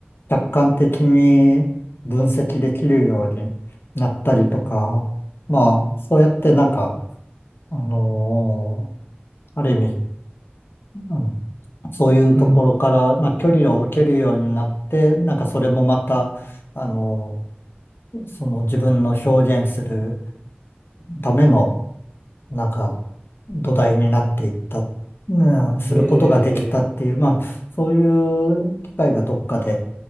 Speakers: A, on the left; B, on the right.
A: 客観的に分析できるようになったりとか、まあ、そうやってなんか、あのーある意味、あのそういうところから、
B: うん。
A: まあ、距離を置けるようになって、なんかそれもまた、あの、その自分の表現するための、なんか土台になっていった、うん、することができたっていう、
B: え
A: まあ、そういう機会がどっかで